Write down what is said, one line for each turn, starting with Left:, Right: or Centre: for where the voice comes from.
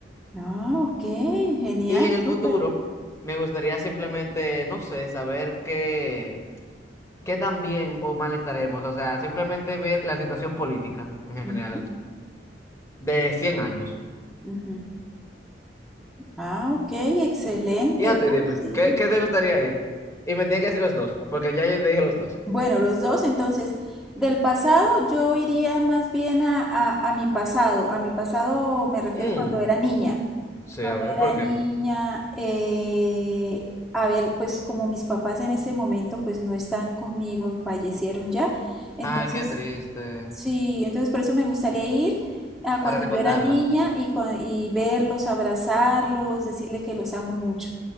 Centre: Ah, ok, genial,
Left: Y en el
Centre: súper.
Left: futuro, me gustaría simplemente, no sé, saber qué, qué tan bien o mal estaremos. O sea, simplemente ver la situación política en
Centre: Ujú,
Left: general de 100 años.
Centre: ujú. Ah, ok, excelente,
Left: Y Ya
Centre: uy,
Left: te dime,
Centre: sí.
Left: ¿qué, qué te gustaría ir? Y me tienes que decir los dos, porque ya yo te dije los dos.
Centre: Bueno, los dos, entonces, del pasado yo iría más bien a, a- a mi pasado. A mi pasado me refiero
Left: Mm,
Centre: cuando era niña.
Left: sí,
Centre: Cuando
Left: a ver,
Centre: era
Left: ¿por
Centre: niña,
Left: qué?
Centre: eh, a ver, pues como mis papás en ese momento pues no están conmigo, fallecieron ya. Entonces,
Left: Ay, qué triste.
Centre: sí, entonces por eso me gustaría ir a cuando
Left: A recordarlos.
Centre: yo era niña y, cua- y verlos, abrazarlos, decirle que los amo mucho.